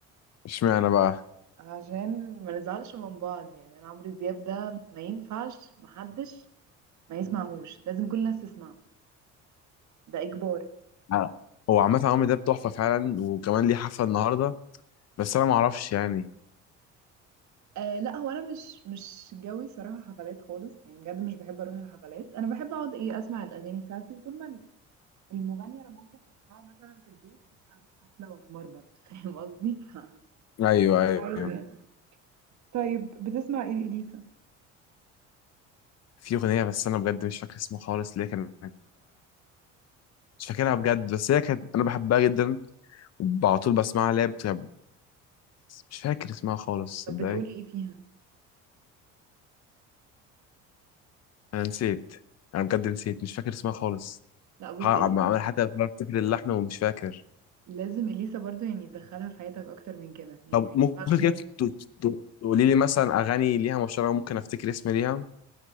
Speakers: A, on the left; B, on the right.
A: اشمعنى بقى
B: <laughs> عشان ما نزعلش من بعض يعني انا عمرو دياب ده ما ينفعش محدش ما يسمعهوش لازم كل الناس تسمعه ده اجبار
A: أنا-
B: مش
A: هو عامه عمرو ده تحفه فعلا وكمان ليه حفله النهارده بس انا ما اعرفش يعني
B: آه لا هو انا مش مش جوي صراحه حفلات خالص يعني بجد مش بحب اروح الحفلات انا بحب اقعد ايه اسمع الاغاني بتاعتي وطول ما المغني انا ممكن اسمعه مثلا في البيت ليه اروح حفله واتمرمط <laughs> فاهم قصدي ف...
A: ايوه ايوه
B: عادي يعني طيب بتسمع ايه لإليسا
A: في اغنيه بس انا بجد مش فاكر اسمها خالص ليه كانت مش فاكرها بجد بس هي كانت انا بحبها جدا وعلى طول بسمعها اللي هي بتبقى- مش فاكر اسمها خالص
B: طب
A: صدقني
B: بتقول ايه فيها
A: انا نسيت انا بجد نسيت مش فاكر اسمها خالص
B: لا بص
A: ح- عم-
B: إليسا
A: عمال حتى بحاول افتكر اللحن ومش فاكر
B: لازم اليسا برضو يعني تدخلها في حياتك اكتر من كده يعني
A: طب
B: ما
A: ممكن
B: ينفعش ان
A: كده ت- ت- ت- تقولي لي مثلا اغاني ليها مشهوره ممكن افتكر اسم ليها